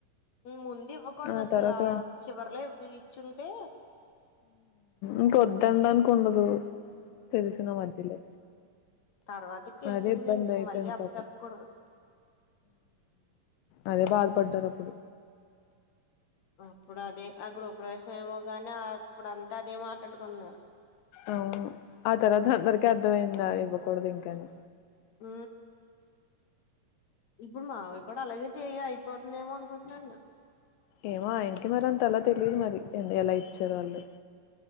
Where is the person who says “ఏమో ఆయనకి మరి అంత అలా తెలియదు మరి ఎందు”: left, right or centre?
Left